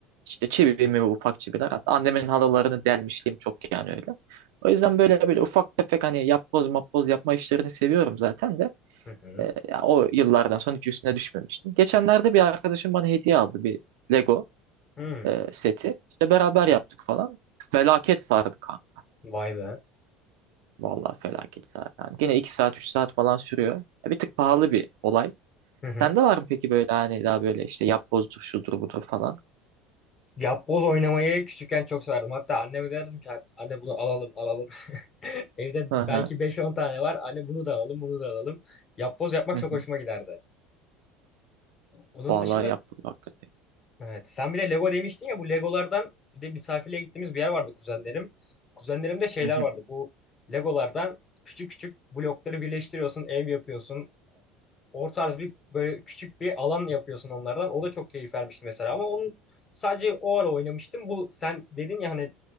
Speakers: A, on the right (about 75°); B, on the left (about 30°).
A: işte çivi mi ufak çiviler. Hatta annemin halılarını delmişliğim çok yani öyle. O yüzden böyle böyle ufak tefek hani yapboz mapboz yapma işlerini seviyorum zaten de.
B: Hı hı.
A: Ee, ya o yıllardan sonra hiç üstüne düşmemiştim. Geçenlerde bir arkadaşım bana hediye aldı bir Lego.
B: Hmm.
A: e, seti. İşte beraber
B: Evet.
A: yaptık falan. Felaket sardı kanka.
B: Vay be.
A: Vallahi felaket sardı. Yani gene 2 saat 3 saat falan sürüyor. Ya Bir tık pahalı bir olay.
B: Hı hı.
A: Sende var mı peki böyle hani daha böyle işte yapbozdur şudur budur falan?
B: Yapboz oynamayı küçükken çok severdim. Hatta anneme derdim ki anne bunu alalım alalım. <laughs> Evde
A: Hı hı.
B: belki beş on tane var. Anne bunu da alalım bunu da alalım. Yapboz yapmak
A: Hı
B: çok
A: hı.
B: hoşuma giderdi. Onun
A: Vallahi
B: dışında
A: yapboz hakikaten.
B: evet sen bir de Lego demiştin ya bu Legolardan bir de misafirliğe gittiğimiz bir yer vardı kuzenlerim. Kuzenlerimde şeyler
A: Hı hı.
B: vardı. Bu Legolardan küçük küçük blokları birleştiriyorsun, ev yapıyorsun. O tarz bir böyle küçük bir alan yapıyorsun onlardan. O da çok keyif vermişti mesela ama onun sadece o ara oynamıştım. Bu sen dedin ya hani